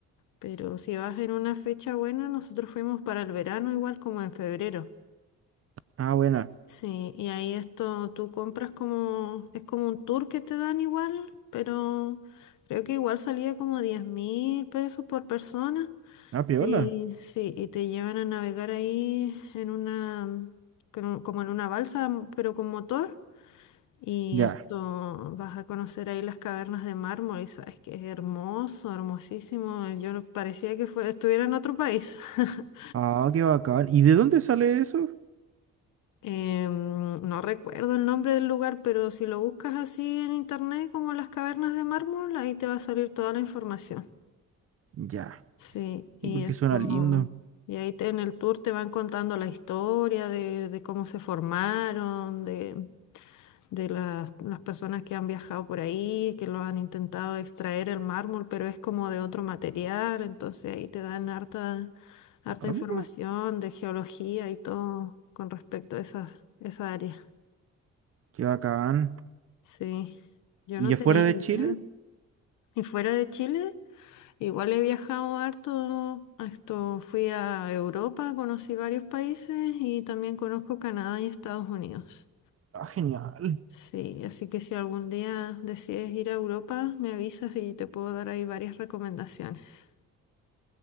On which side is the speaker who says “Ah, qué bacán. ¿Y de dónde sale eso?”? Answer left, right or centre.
Right